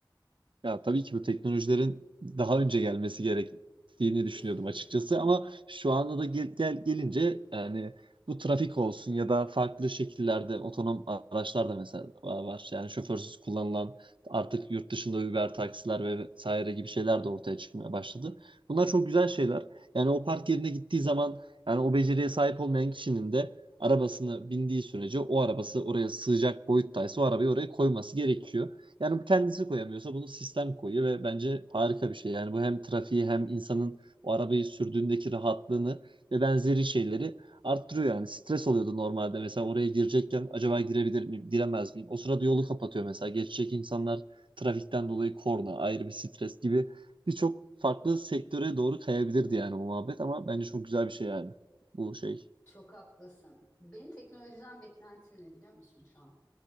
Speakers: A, on the right (about 85°); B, on the left (about 20°).
A: Ya tabii ki bu teknolojilerin daha önce gelmesi gerektiğini
B: <laughs>
A: düşünüyordum açıkçası ama şu anda da gel, gel- gelince yani bu trafik olsun ya da farklı şekillerde otonom araçlar da mesela var. Yani şoförsüz kullanılan artık yurt dışında Uber taksiler ve vesaire gibi şeyler de ortaya çıkmaya başladı. Bunlar çok güzel şeyler. Yani o park yerine gittiği zaman yani o beceriye sahip olmayan kişinin de arabasını bindiği sürece o arabası oraya sığacak boyuttaysa o arabayı oraya koyması gerekiyor. Yani bu kendisi koyamıyorsa bunu sistem koyuyor ve bence harika bir şey. Yani bu hem trafiği hem insanın o arabayı sürdüğündeki rahatlığını ve benzeri şeyleri arttırıyor yani. Stres oluyordu normalde mesela oraya girecekken acaba girebilir miyim, giremez miyim? O sırada yolu kapatıyor mesela. Geçecek insanlar trafikten dolayı korna, ayrı bir stres gibi birçok farklı sektöre doğru kayabilirdi yani o muhabbet ama bence çok güzel bir şey yani bu şey.
B: Çok haklısın. Benim teknolojiden beklentim ne biliyor musun şu an?